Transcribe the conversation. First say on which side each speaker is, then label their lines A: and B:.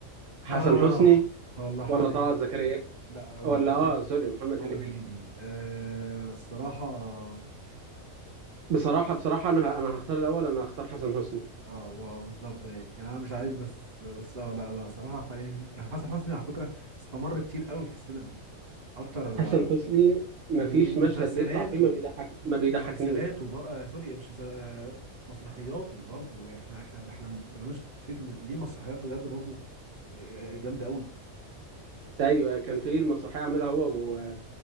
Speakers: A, on the right (about 65°); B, on the right (about 45°).
A: حسن
B: اه
A: حسني
B: والله محمد
A: ولا
B: هنيدي
A: طلعت زكريا
B: لا ولا
A: ولا
B: محمد
A: اه
B: هنيدي
A: سوري محمد
B: محمد
A: هنيدي
B: هنيدي آه الصراحة
A: بصراحة بصراحة انا ه- انا هختار الاول انا هختار حسن حسني
B: اه و- بالظبط يعني يعني انا مش عايز بس بس اه لا لا صراحة يعني كان حسن حسني على فكرة استمر كتير قوي في السينما اكتر
A: حسن
B: آه،
A: حسني مفيش
B: ومسلسلاته
A: مشهد بيطلع فيه ما بيضحك ما بيضحكنيش
B: مسلسلات وبر... آه سوري مش مسل... آه مسرحيات وبرضه احنا احنا ده احنا ما جبناش فكرة ان دي مسرحيات بجد برضه آه، آه، آه، جامدة قوي
A: ايوه كان في المسرحية عاملها هو و...